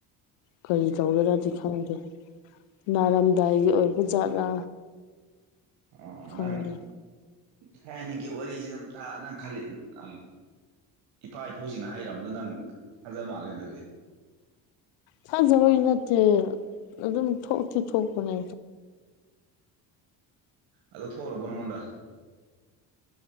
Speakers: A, on the left (about 65°); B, on the right (about 65°).
A: ꯀꯔꯤ ꯇꯧꯒꯦꯔꯗꯤ ꯈꯪꯗꯦ ꯅꯥꯔꯝꯗꯥꯏꯒꯤ ꯑꯣꯏꯕ ꯖꯥꯠꯂꯥ
B: ꯑꯣ ꯑꯣ
A: ꯈꯪꯗꯦ
B: ꯅꯪ ꯊꯥꯏꯅꯒꯤ ꯋꯥꯔꯤꯁꯤꯗꯝ ꯇꯥ ꯅꯪ ꯈꯜꯂꯤ ꯑꯥ ꯏꯄꯥ ꯏꯄꯨꯁꯤꯡꯅ ꯍꯥꯏꯔꯝꯗꯣ ꯅꯪ ꯊꯥꯖ ꯃꯥꯜꯂꯦ ꯑꯗꯨꯗꯤ
A: ꯊꯥꯖꯕꯒꯤ ꯅꯠꯇꯦ ꯑꯗꯨꯝ ꯊꯣꯛꯇꯤ ꯊꯣꯛꯄꯅꯦ
B: ꯑꯗꯣ ꯊꯣꯑꯨꯔꯕ ꯅꯪꯉꯣꯟꯗ